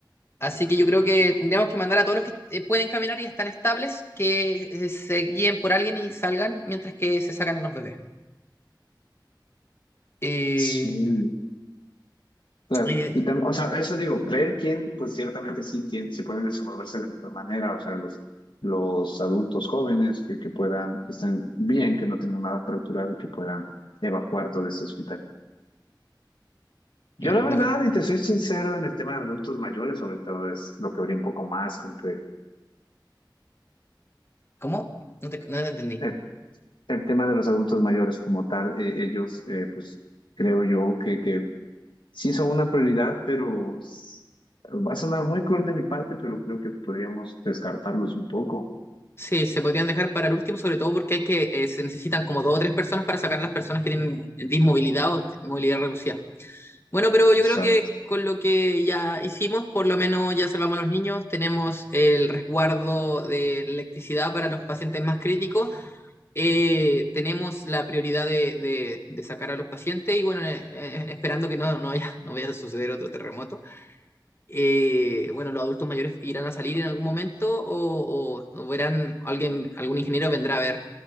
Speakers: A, on the left; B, on the left.
A: Así que yo creo que tendríamos que mandar a todos los que eh, pueden caminar y están estables que eh, se guíen por alguien y salgan mientras que se sacan a los bebés. Eh,
B: Sí. Claro.
A: eh,
B: Y tam- o sea, eso digo, ver quién, pues ciertamente sí, tiene, sí pueden desenvolverse de mejor manera, o sea, los, los adultos jóvenes que, que puedan, que estén bien, que no tengan nada fracturado y que puedan evacuar todo este hospital. Yo
A: eh,
B: la verdad, y te soy sincero, en el tema de adultos mayores, sobre todo es lo que habría un poco más, como que
A: ¿cómo? No te, no te entendí.
B: el, el tema de los adultos mayores como tal, eh, ellos, eh, pues creo yo que, que sí son una prioridad, pero s- va a sonar muy cruel de mi parte, pero creo que podríamos descartarlos un poco.
A: Sí, se podrían dejar para el último, sobre todo porque hay que, eh, se necesitan como dos o tres personas para sacar las personas que tienen dismovilidad o movilidad reducida. Bueno, pero yo
B: O
A: creo que con lo que ya hicimos, por lo menos ya salvamos a los niños, tenemos el resguardo de electricidad para los pacientes más críticos, eh, tenemos la prioridad de, de- de sacar a los pacientes y bueno, eh, eh, esperando que no, no haya, no vaya a suceder otro terremoto eh, bueno, los adultos mayores irán a salir en algún momento o, o- o verán, alguien, algún ingeniero vendrá a ver